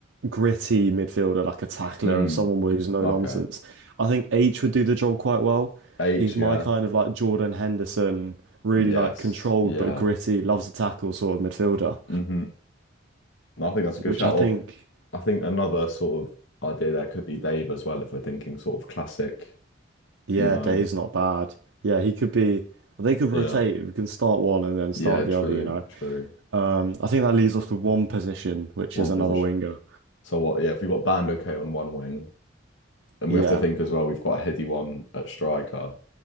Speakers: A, on the right; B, on the left.
A: gritty midfielder, like a tackler
B: Mm.
A: and someone who's no
B: Okay.
A: nonsense. I think H would do the job quite well.
B: H,
A: He's my
B: yeah.
A: kind of like Jordan Henderson, really
B: Yes.
A: like controlled
B: Yeah.
A: but gritty, loves to tackle sort of midfielder,
B: hmm I think that's a good
A: which
B: shout.
A: I think,
B: Or I think another sort of idea there could be Dave as well, if we're thinking sort of classic,
A: yeah,
B: you know.
A: Dave's not bad. Yeah, he could be. well, They could
B: Yeah.
A: rotate. We can start one and then start
B: Yeah. True.
A: the other, you know.
B: True.
A: Um, I think that leaves us with one position, which
B: One
A: is another
B: position.
A: winger.
B: So what? Yeah. If we've got Band okay on one wing, and
A: Yeah.
B: we have to think as well, we've got Heady one at striker.